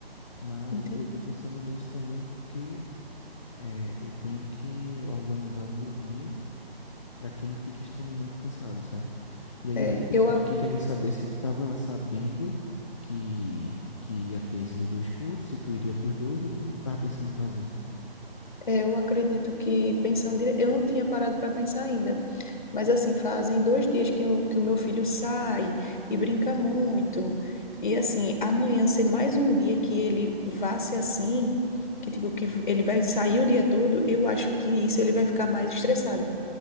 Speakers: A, on the left (about 30°); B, on the left (about 50°).
A: Mas
B: Entendi.
A: eu estou pensando nisso também porque é, eu tenho que organizar o meu dia para que não fique extremamente cansado, sabe? E aí
B: É,
A: eu fiquei, pens-
B: eu
A: fiquei querendo saber se tu estava sabendo que, que ia ter esses dois cultos, se tu iria para os dois ou como tu estava pensando em fazer.
B: É, Eu acredito que pensando, dire- eu não tinha parado para pensar ainda, mas assim, fazem dois dias que o, que o meu filho sai e brinca muito. E assim, amanhã ser mais um dia que ele vá ser assim, que tipo, que ele vai sair o dia todo, eu acho que nisso ele vai ficar mais estressado.